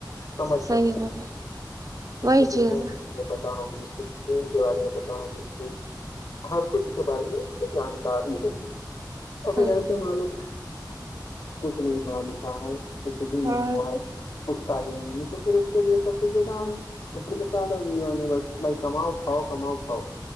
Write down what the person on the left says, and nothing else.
سمجھ سکتے
اس
کو دنیا
سے اس لیے پتاؤوں گے <unintelligible> ین کے بارے میں پتا ہ گی اس کی ہر کچھ کے بارے میں اس کو جانکاری ہوگی اور پھر
ایسے معلوم کچھ نہیں پڑھا لکھا ہے کچھ بھی نہیں
ہوا ہے کچھ تعلیم نہیں تو پھر چلیے سب کچھ دےا رہے ہیں مشکل سے آدہ گ نے بس بھائی کماؤ کھاؤ کماؤ کھاؤ